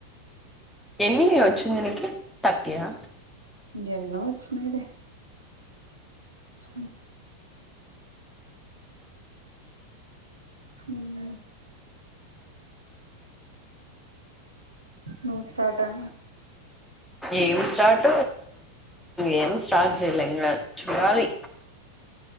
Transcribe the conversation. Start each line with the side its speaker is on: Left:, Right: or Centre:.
Centre: ఎన్ని వచ్చింది నీకి థర్టీ యా
Right: ఎన్నో వచ్చినై లే ఉ ఉ నువ్వు స్టార్ట్ ఆ
Centre: ఏం స్టార్ట్ ఏం స్టార్ట్ చేయలే ఇంగ చూడాలి